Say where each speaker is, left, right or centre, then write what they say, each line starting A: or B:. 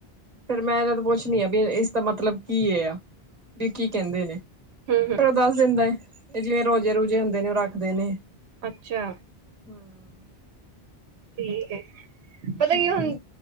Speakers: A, on the right; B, on the right.
A: ਫ਼ਿਰ ਮੈਂ ਇਹਨਾਂ ਤੋਂ ਪੁੱਛਣੀ ਆ ਵੀ। ਇਸਦਾ ਮੱਤਲਬ ਕੀ ਇਹ ਆ, ਵੀ ਕੀ ਕਹਿੰਦੇ ਨੇ?
B: ਹੂੰ-ਹੂੰ।
A: ਫੇਰ ਉਹ ਦੱਸ ਦਿੰਦਾਂ ਏ। ਜਿਵੇਂ ਰੋਜ਼ੇ-ਰੁਜ਼ੇ ਹੁੰਦੇ ਨੇਂ ਉਹ ਰੱਖਦੇ ਨੇ।
B: ਅੱਛਾ।
A: <inaudible>
B: ਠੀਕ ਹੈ ਪਤਾਂ
A: ਹੂੰ
B: ਕੀ ਹੁਣ